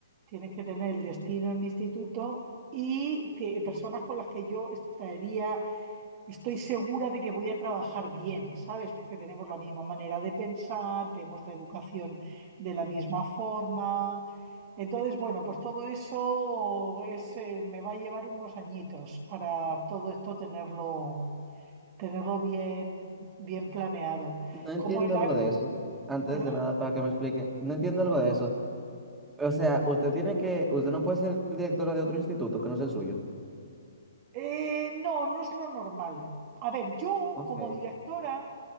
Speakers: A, on the right; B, in the centre.
A: tienes que tener el destino en mi instituto y te- personas con las que yo estaría, estoy segura de que voy a trabajar bien, ¿sabes? Porque tenemos la misma manera de pensar, vemos la educación de la misma forma. Entonces, bueno, pues todo eso es, eh, me va a llevar unos añitos para todo esto tenerlo, tenerlo bien, bien planeado.
B: No entiendo
A: Como el,
B: algo
A: a-
B: de eso. Antes
A: ¿Perdón?
B: de nada, para que me explique, no entiendo algo de eso. O sea, usted tiene que, usted no puede ser directora de otro instituto que no sea el suyo.
A: Eh, no, no es lo normal. A ver, yo
B: Ok,
A: como directora